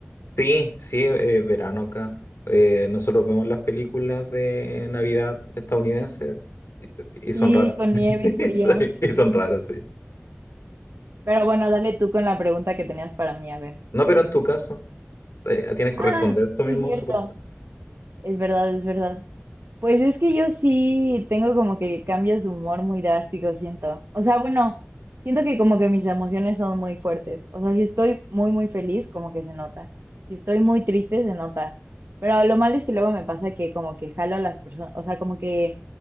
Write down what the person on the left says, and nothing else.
Sí, sí, es verano acá. Eh, nosotros vemos las películas de Navidad estadounidenses y, y son
raras.
<laughs>
Sí, Y son raras, sí.
No, pero en tu caso, eh, tienes que
responder tú
mismo,
supuesto.